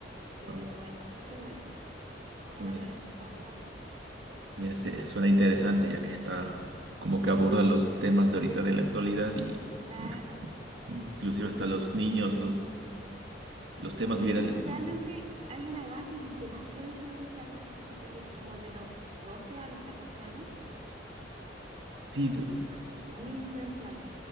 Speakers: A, on the right (about 35°); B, on the right (about 70°).
A: pero
B: Oh,
A: es bastante buena la
B: oh,
A: manera
B: mira,
A: en que se aborda todo eso.
B: mira, se- suena interesante ya que está como que aborda
A: Sí,
B: los temas de ahorita de la actualidad y
A: claro.
B: inc- inclusive hasta los niños, los, los temas
A: Es que los
B: virales,
A: niños realmente
B: ¿no?
A: hay una edad que es demasiado influenciable, que yo siento que es como de los 12 a los 14 años,
B: Sí,
A: que
B: d-
A: son muy influenciables.